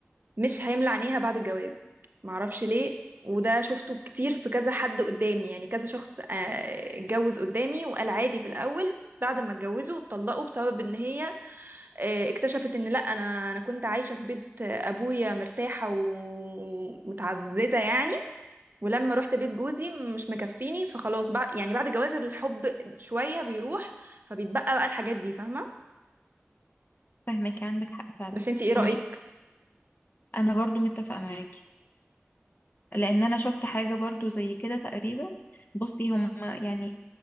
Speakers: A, on the right; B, on the left.
A: مش هيملى عينيها بعد الجواز معرفش ليه وده شفته كتير في كذا حد قدامي يعني كذا شخص آه، اتجوز قدامي وقال عادي في الاول بعد ما اتجوزوا اتطلقوا بسبب ان هي آه، اكتشفت ان لا انا انا كنت عايشه في بيت ابويا مرتاحه ومتعززه يعني ولما رحت بيت جوزي مش مكفيني فخلاص بقى يعني بعد جواز الحب شويه بيروح فبيتبقى بقى الحاجات دي فاهمه
B: فاهمك عندك حق فعلا
A: بس انتي ايه رايك
B: انا شفت انا برضو متفقة معاكي لان انا شفت حاجة برضو زي كده تقريبا بصي هما يعني